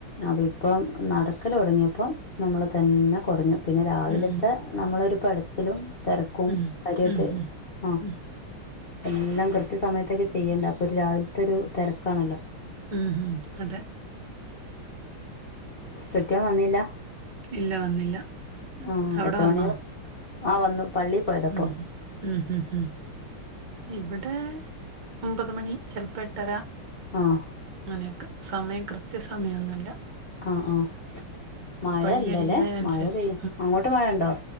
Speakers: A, on the left (about 65°); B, on the right (about 65°).
A: അപ്പോ ഇപ്പം നടക്കല് തൊടങ്ങിയപ്പം നമ്മള് തന്നെ കൊറഞ്ഞു പിന്നെ രാവിലത്തെ
B: ഉം
A: നമ്മളൊരു പെടച്ചിലും തെരക്കും
B: ഉം
A: കാര്യായിട്ട്
B: ഉം ഹ്
A: ആ
B: ഉം
A: എല്ലാം കൃത്യ സമയത്തൊക്കെ ചെയ്യണ്ടാവും ഒരു രാവിലതൊരു തെരക്കാണല്ലോ
B: ഉം ഹും അതെ
A: കെട്ട്യോൻ വന്നില്ല?
B: ഇല്ല വന്നില്ല.
A: ആഹ്
B: അവ്ടെ
A: എത്ര
B: വന്നോ?
A: മണിയാവും ആഹ് വന്നു പള്ളി പോയതാ ഇപ്പൊ
B: ഉം ഉം ഉം ഉം ഇവെടെ ഒമ്പെത് മണി ചെൽപ്പം എട്ടെര
A: ആഹ്
B: അങ്ങനെ ഒക്കെ സമയം കൃത്യ സമയൊന്നുല്ല
A: ആഹ് ആഹ് മഴ
B: പണി
A: ഇല്ലല്ലെ?
B: കഴിയുന്നതിനനുസരിച്ച്
A: മഴ പെയ്യ് അങ്ങോട്ട് മഴ ഇണ്ടോ?